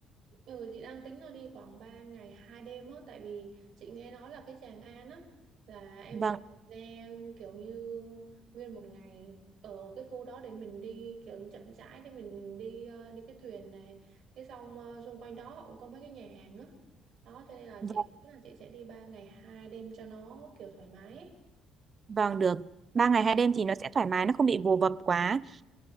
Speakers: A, on the right; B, on the right.
A: Ừ, chị đang tính là đi khoảng 3 ngày 2 đêm á tại vì chị nghe nói là cái Tràng An á là em
B: vâng
A: phải ra kiểu như nguyên một ngày ở cái khu đó để mình đi kiểu như chậm rãi để mình đi ờ, đi cái thuyền này cái xong ờ, xung quanh đó họ cũng có mấy cái nhà hàng á đó cho nên là
B: vâng
A: chị nghĩ là chị sẽ đi 3 ngày 2 đêm cho nó kiểu thoải mái ấy.
B: vâng được ba ngày hai đêm thì nó sẽ thoải mái nó không bị vồ vập quá